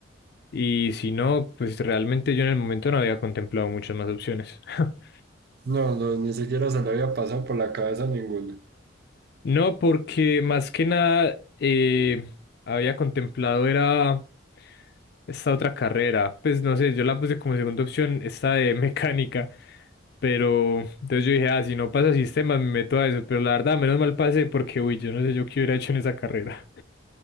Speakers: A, on the left (about 50°); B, on the right (about 50°).
A: Y si no, pues realmente yo en el momento no había contemplado muchas más opciones. <laughs>
B: No, no, ni siquiera se le había pasado por la cabeza ninguna.
A: No, porque más que nada eh, había contemplado era esta otra carrera. Pues no sé, yo la puse como segunda opción, esta de <laughs> mecánica. Pero entonces yo dije, ah, si no pasa sistemas, me meto a eso. Pero la verdad, menos mal pasé porque, uy, yo no sé yo qué hubiera hecho en esa carrera.